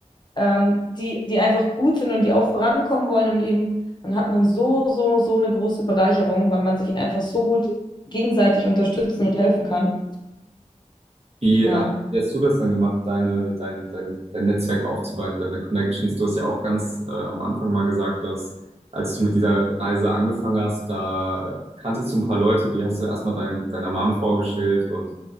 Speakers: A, on the left; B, on the right.
A: ähm, die, die einfach gut sind und die auch vorankommen wollen im Leben, dann hat man so, so, so eine große Bereicherung, weil man sich einfach so gut gegenseitig unterstützen und helfen kann.
B: wie äh,
A: Ja,
B: wie hast du das dann gemacht, deine, dein, dein, dein Netzwerk aufzubauen, deine Connections? Du hast ja auch ganz äh, am Anfang mal gesagt, dass als du mit dieser Reise angefangen hast, da kanntest du ein paar Leute, die hast du erstmal dein, deiner Mom vorgestellt und